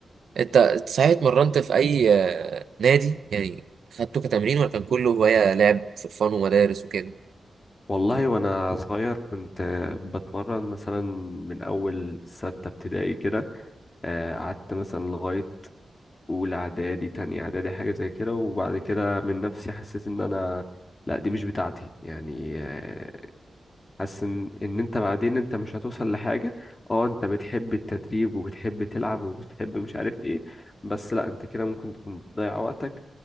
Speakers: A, on the right (about 80°); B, on the left (about 30°).
A: انت صحيح اتمرنت في اي آه، نادي يعني خدته كتمرين ولا كان كله هواية لعب في فن ومدارس وكده
B: والله وانا صغير كنت آه، بتمرن مثلا من اول ستة ابتدائي كده آه، قعدت مثلا لغاية اولى اعدادي تانية اعدادي حاجة زي كده وبعد كده من نفسي حسيت ان انا لا دي مش بتاعتي يعني آه، حاسس ان ان انت بعدين انت مش هتوصل لحاجة اه انت بتحب التدريب وبتحب تلعب وبتحب مش عارف ايه بس لا انت كده ممكن تكون بتضيع وقتك